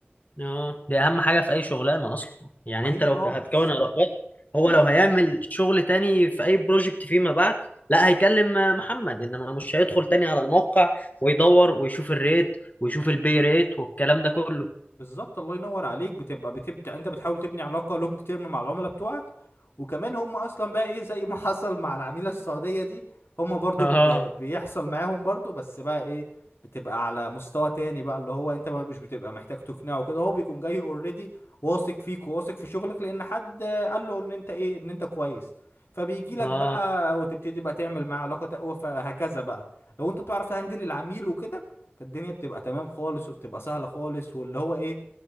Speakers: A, on the left; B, on the left.
A: اه دي اهم حاجه في اي شغلانه اصلا يعني
B: ما
A: انت
B: هي
A: لو
B: اه
A: هتكون
B: بالظبط
A: علاقات هو لو هيعمل شغل تاني في اي بروجكت فيما بعد لا هيكلم محمد انما مش هيدخل تاني على الموقع ويدور ويشوف الريت ويشوف البي ريت والكلام ده كله
B: بالظبط الله ينور عليك بتبقى بتبدا انت بتحاول تبني علاقه لونج تيرم مع العملاء بتوعك وكمان هم اصلا بقى ايه زي ما <laughs> حصل مع العميله السعوديه دي هم برضو
A: اه
B: ب... بيحصل معاهم برضو بس بقى ايه بتبقى على مستوى تاني بقى اللي هو انت ما مش بتبقى محتاج تقنعه كده هو بيكون جاي اوريدي واثق فيك وواثق في شغلك لان حد قال له ان انت ايه ان انت كويس فبيجي لك
A: اه
B: بقى وتبتدي بقى تعمل معاه علاقه تقوى فهكذا بقى لو انت بتعرف تهندل العميل وكده فالدنيا بتبقى تمام خالص وبتبقى سهلة خالص واللي هو ايه